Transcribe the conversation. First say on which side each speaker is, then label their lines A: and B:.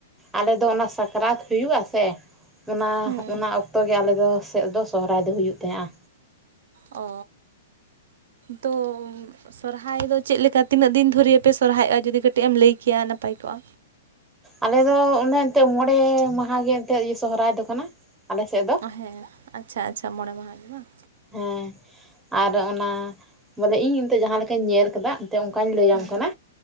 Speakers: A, in the centre; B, on the right (about 60°).
A: ᱟᱞᱮ ᱫᱚ ᱚᱱᱟ ᱥᱟᱠᱨᱟᱛ ᱦᱩᱭᱩᱜ-ᱟ ᱥᱮ ᱚᱱᱟ
B: ᱦᱩᱸ
A: ᱚᱱᱟ ᱚᱠᱛᱚ ᱜᱮ ᱟᱞᱮ ᱫᱚ ᱥᱮᱫ ᱫᱚ ᱥᱚᱦᱨᱟᱭ ᱫᱚ ᱦᱩᱭᱩᱜ ᱛᱟᱦᱮᱸᱫᱼᱟ᱾
B: ᱚ ᱛᱚ ᱥᱚᱨᱦᱟᱭ ᱫᱚ ᱪᱮᱫ ᱞᱮᱠᱟ ᱛᱤᱱᱟᱹᱜ ᱫᱤᱱ ᱫᱷᱚᱨᱮ ᱯᱮ ᱥᱚᱨᱦᱟᱭᱚᱜᱼᱟ, ᱡᱩᱫᱤ ᱠᱟᱹᱴᱤᱡ ᱮᱢ ᱞᱟᱹᱭ ᱠᱮᱭᱟ ᱱᱟᱯᱟᱭ ᱠᱚᱜᱼᱟ᱾
A: ᱟᱞᱮ ᱫᱚ ᱚᱱᱮ ᱮᱱᱛᱮᱫ ᱢᱚᱬᱮ ᱢᱟᱦᱟᱸ ᱜᱮ ᱮᱱᱛᱮᱫ ᱥᱚᱦᱨᱟᱭ ᱫᱚ ᱠᱟᱱᱟ ᱟᱞᱮᱥᱮᱫ ᱫᱚ᱾
B: ᱚ ᱦᱮᱸ ᱟᱪᱪᱷᱟ ᱟᱪᱪᱷᱟ ᱢᱚᱬᱮ ᱢᱟᱦᱟᱸ ᱜᱮ ᱵᱟᱝ᱾
A: ᱦᱮᱸ ᱟᱨ ᱚᱱᱟ ᱢᱟᱱᱮ ᱤᱧ ᱚᱱᱛᱮ ᱡᱟᱦᱟᱸ ᱞᱮᱠᱟᱧ ᱧᱮᱞ ᱠᱟᱫᱟ᱾ ᱛᱮ ᱚᱱᱠᱟᱧ ᱞᱟᱹᱭᱟᱢ
B: ᱦᱮᱸ
A: ᱠᱟᱱᱟ᱾